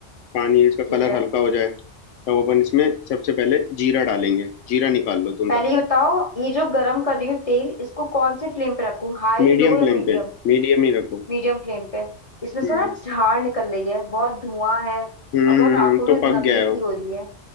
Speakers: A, on the left (about 85°); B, on the left (about 30°).
A: पानी इसका कलर
B: ठीक है
A: हल्का हो जाए तब अपन इसमें सबसे पहले जीरा डालेंगे जीरा निकाल लो तुम
B: पहले
A: तब
B: ये
A: तक
B: बताओ ये जो गरम कर रही हूँ तेल इसको कौन से फ्लेम पे रखूँ हाई
A: मीडियम
B: लो या
A: फ्लेम
B: मीडियम
A: पे मीडियम ही रखो
B: मीडियम फ्लेम पे इसमें से
A: हम्म
B: ना झाड़ निकल रही है बहुत धुआं है
A: हम्म
B: और
A: हम्म,
B: बहुत
A: हम्म,
B: आंखों
A: तो
B: में नमी
A: पक गया है
B: सी
A: वो
B: हो रही है